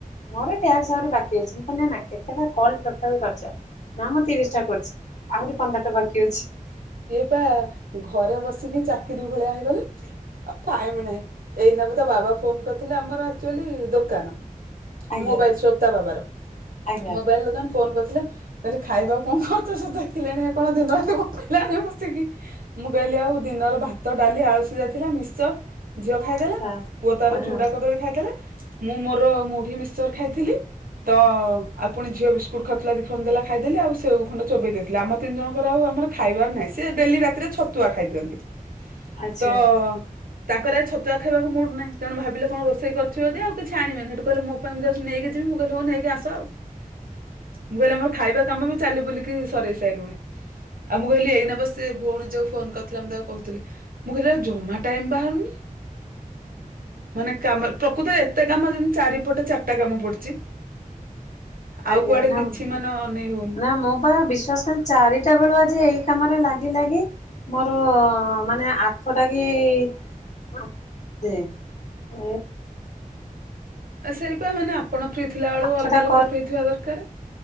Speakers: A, on the left; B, on the right.
A: ମୋର ଟ୍ୟାକ୍ସ ଆହୁରି ବାକି ଅଛି। କହିଲି ନା କେତେଟା କଲ ଟୋଟାଲ କରିଛ? ନା ମୁଁ ତିରିଶ ଟା କରିଛି, ଆହୁରି ପନ୍ଦରଟା ବାକି ଅଛି।
B: ଇଏ ପା ଘରେ ବସିକି ଚାକିରି ଭଳିଆ ହେଇଗଲା। ଆଉ ଟାଇମ ନାହିଁ। ଏଇନା ପା ତା ବାବା ଫୋନ କରିଥିଲେ। ଆମର ଆକ୍ଚୁଆଲି ଦୋକାନ।
A: ଆଜ୍ଞା
B: ମୋବାଇଲ ଶପ୍ ତା ବାବାର।
A: ଆଜ୍ଞା ଆଜ୍ଞା।
B: ମୋବାଇଲ ଦୋକାନ ଫୋନ କରିଥିଲେ। କହିଲେ ଖାଇବାକୁ କଣ କରୁଛ? ସେ ଦେଖିଲେଣି ଇଏ କଣ ଦିନରାତି ଗପି ଲାଣି ବସିକି। ମୁଁ କହିଲି ଆଉ ଦିନର ଭାତ, ଡାଲି, ଆଳୁ ସିଝା ଥିଲା ମିକ୍ସଚର୍ ଝିଅ ଖାଇଦେଲା,
A: ହଁ
B: ପୁଅ ତାର
A: ହଁ
B: ଚୁଡ଼ା କଦଳୀ ଖାଇଦେଲା, ମୁଁ ମୋର ମୁଢି ମିକ୍ସଚର ଖାଇଥିଲି। ତ ଆଉ ପୁଣ ଝିଅ ବିସ୍ କୁଟ ଖାଉଥିଲା ଦିଖ ଖଣ୍ଡ ଦେଲା ଖାଇଦେଲି ଆଉ ସେ ଖଣ୍ଡେ ଚୋବେଇ ଦେଇଥିଲି। ଆମ ତିନିଜଣଙ୍କ ର ଆଉ ଆମର ଖାଇବାର ନାହିଁ। ସେ ଡେଲି ରାତିରେ ଛତୁଆ ଖାଇ ଦିଅନ୍ତି।
A: ଆଚ୍ଛା
B: ତ ତାଙ୍କର ଆଜି ଛତୁଆ ଖାଇବାକୁ ମୁଡ୍ ନାହିଁ। ତେଣୁ ଭାବିଲେ କଣ ରୋଷେଇ କରିଥିବ ଯଦି ଆଉ କିଛି ଆଣିବିନି ହେଠୁ କହିଲେ ମୋ ପାଇଁ ମୁଁ ଯାଉଛି ନେଇକି ଯିବି। ମୁଁ ହଉ ନେଇକି ଆସ। ମୁଁ କହିଲି ଆମର ଖାଇବା କାମ ବି ଚାଲି ବୁଲିକି ସରେଇ ସାଇଲୁଣି। ଆଉ ମୁଁ କହିଲି ଏଇନା ବ ସେ ଭଉଣୀ ଯୋଉ ଫୋନ କରିଥିଲା ମୁ ତାକୁ କହୁଥିଲି ମୁଁ କହିଲି ଆଉ ଜମା ଟାଇମ ବାହାରୁନି। ମାନେ କାମ ପ୍ରକୃତରେ ଏତେ କାମ ଯେମିତି ଚାରିପଟେ ଚାରିଟା କାମ ପଡିଛି। ଆଉ
A: ଆଜ୍ଞା
B: କୁଆଡେ
A: ନା
B: କିଛି
A: <unintelligible>
B: ମାନେ ଅନେଇ ହଉନି
A: ମୁଁ ପା ବିଶ୍ଵାସ କରି ଚାରିଟା ବେଳୁ ଆଜି ଏଇ କାମ ରେ ଲାଗି ଲାଗି ମୋର ମାନେ ଆଠ ଟା କି <unintelligible>
B: ଆ ସେଇପା ମାନେ ଆପଣ ଫ୍ରି ଥିଲା ବେଳୁ
A: ଆଠଟା
B: ଅଲଗା ଲୋକ
A: କଲ୍
B: ଫ୍ରି ଥିବା ଦରକାର।